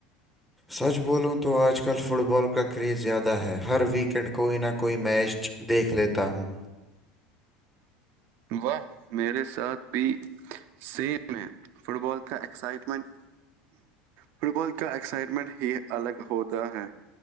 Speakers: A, in the centre; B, on the right (about 60°).
A: سچ بولوں تو آج کل فٹ بال کا کریز زیادہ ہے ہر ویکینڈ کوئی نہ کوئی میچ دیکھ لیتا ہوں
B: واہ میرے ساتھ بھی سیم ہے فٹ بال کا ایکسائٹمنٹ فٹ بال کا ایکسائٹمنٹ ہی الگ ہوتا ہے